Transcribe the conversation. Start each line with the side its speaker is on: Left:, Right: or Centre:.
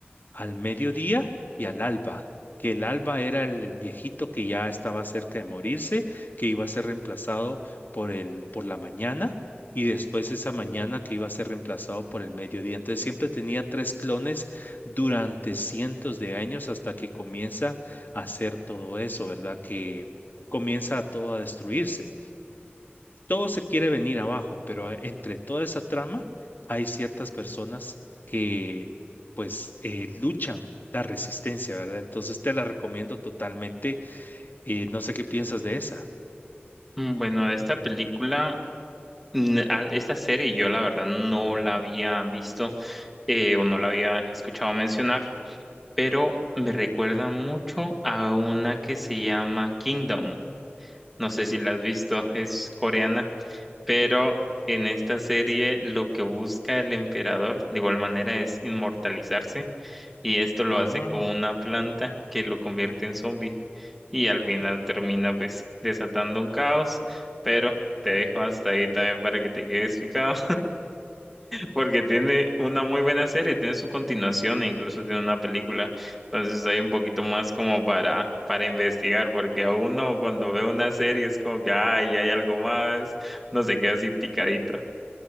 Left: al mediodía y al alba. Que el alba era el, el viejito que ya estaba cerca de morirse, que iba a ser reemplazado por el, por la mañana. Y después esa mañana que iba a ser reemplazado por el mediodía. Entonces siempre tenía tres clones durante cientos de años hasta que comienza a hacer todo eso, ¿verdad? Que comienza todo a destruirse todo se quiere venir abajo, pero a- entre toda esa trama hay ciertas personas que pues eh, luchan la resistencia, ¿verdad? Entonces te la recomiendo totalmente. eh, no sé qué piensas de esa.
Centre: Mm, bueno, de esta película, n- a- esta serie yo la verdad no la había visto eh, o no la había escuchado mencionar. pero me recuerda mucho a una que se llama Kingdom. No sé si la has visto, es coreana, pero en esta serie lo que busca el emperador de igual manera es inmortalizarse y esto lo
Left: Ah.
Centre: hace con una planta que lo convierte en zombie y al final termina pues desatando un caos, pero te dejo hasta ahí también para que te quedes picado. Porque tiene una muy buena serie, tiene su continuación e incluso tiene una película. Entonces hay un poquito más como para, para investigar, porque a uno cuando ve una serie es como que, ay, hay algo más, no se queda así picadito.